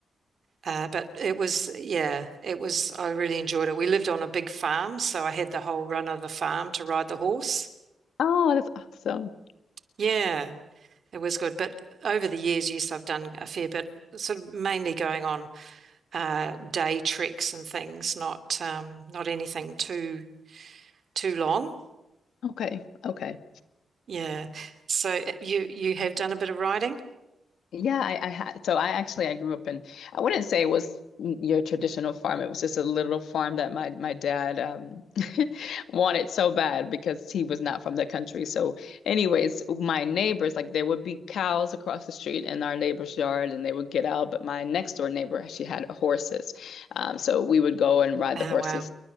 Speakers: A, on the right (about 50°); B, on the left (about 80°).
A: uh, but it was yeah, it was. I really enjoyed it. We lived on a big farm, so I had the whole run of the farm to ride the horse.
B: Oh, that's awesome.
A: Yeah. It was good. But over the years, yes, I've done a fair bit, sort of mainly going on uh, day treks and things, not um, not anything too too long.
B: Okay. Okay.
A: Yeah. So uh, you you have done a bit of riding?
B: Yeah, I, I had so I actually I grew up in I wouldn't say it was your traditional farm. It was just a little farm that my my dad um <laughs> wanted so bad because he was not from the country. So anyways, my neighbors like there would be cows across the street in our neighbor's yard and they would get out, but my next door neighbor she had horses. Um so we would go and ride
A: Oh,
B: the horses.
A: wow.